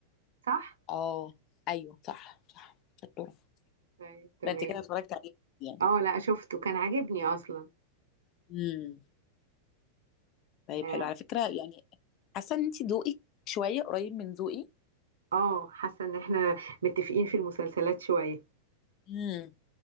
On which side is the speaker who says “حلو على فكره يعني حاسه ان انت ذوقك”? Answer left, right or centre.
Left